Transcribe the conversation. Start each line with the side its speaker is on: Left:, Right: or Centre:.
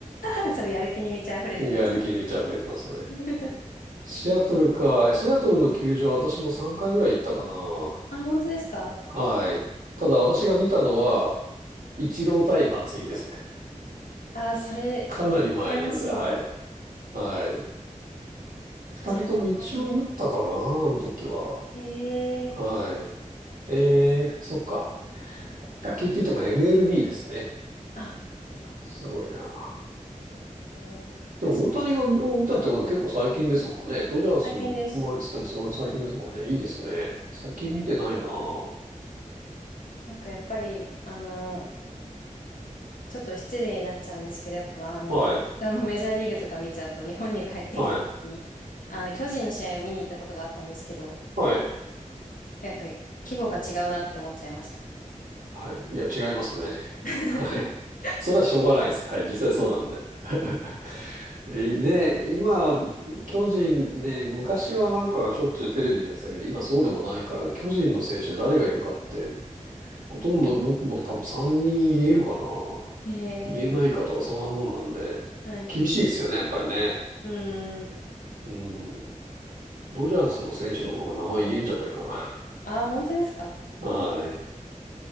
Left: で <laughs> そう、やる気に満ち溢れてました。
Right: やる気に満ち溢れてますね。
Left: <laughs>
Right: シアトルか。シアトルの球場、私も3回ぐらい行ったかな。
Left: あ、本当ですか
Right: はい。ただ私が見たのは、一郎対松井ですね。
Left: あ、それ、
Right: かなり前なんで、
Left: 羨ましいです。
Right: はい。はい。
Left: イー
Right: 二人とも一応打ったかな、
Left: 見れたかな。
Right: あの時は。
Left: へえ、
Right: はい。えー、そっか。野球って言っても MLB ですね。
Left: あ、そっか。
Right: すごいな。
Left: へえ、
Right: でも大谷がを見たってことは結構最近ですもんね。
Left: 私、
Right: ドジャース行く前っつってもすごい最近ですもんね。
Left: 大変です。
Right: いいですね。最近見てないな。は
Left: なんかやっぱり、あの、ちょっと失礼になっちゃうんですけど、やっぱあの、
Right: い。
Left: アメリカの <laughs> メジャーリーグとか見ちゃうと、日本に帰ってきた時に、
Right: はい。
Left: あの、巨人の試合を見に行ったことがあったんですけど、
Right: はい。
Left: なんか規模が違うなって思っちゃいました。
Right: はい。いや、違いますね。
Left: <laughs>
Right: はい。それはしょうがないです。はい。実際そうなんで。<laughs> えで、今、巨人ね、昔はなんかしょっちゅうテレビでやってたけど、今そうでもないから、巨人の選手誰がいるかって、ほとんど僕も多分3人言えるかな。
Left: へえ、
Right: 言えないかとか、そんなもんなんで、
Left: はい。
Right: 厳しいですよね、やっぱりね。
Left: うーん。
Right: うん。ドジャースの選手の方が名前言えんじゃないか
Left: ああ、本当ですか
Right: な。<laughs> はい。